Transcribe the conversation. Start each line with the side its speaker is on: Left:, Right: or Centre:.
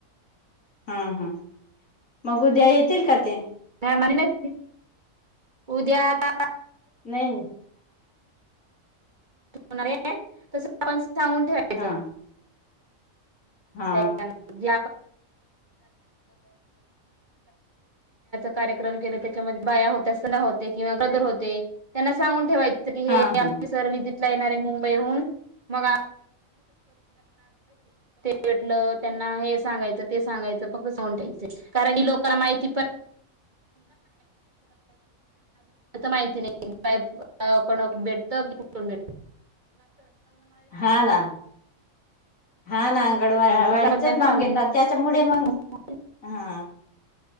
Left: हम हम मग उद्या य <inaudible> त तीलते <inaudible>
Right: म्ह <inaudible> उद्या आता
Left: नाही
Right: णार तस सांगून ठेवायचं
Left: हा हा
Right: बायकांना जे कार्यक्रम के त्याच्यामध्ये बाया होत्या सदा होते किंवा गदर होते त्यांना सांगून ठेवाय की हे
Left: हा ह
Right: अमसर वि येणारे मुंबईहून मग भेटलं त्यांना हे सांगायचं ते सांगायचं फक्त सोून ठेयचं कारण की लोकांना माहिती पण माहिती नाही बा भेटत भ
Left: हा ना हा ना अंगड
Right: तसं
Left: वाडीचंच
Right: आपण त्यांना
Left: नाव घेतात त्याच्यामुळे
Right: सांगून
Left: मग हा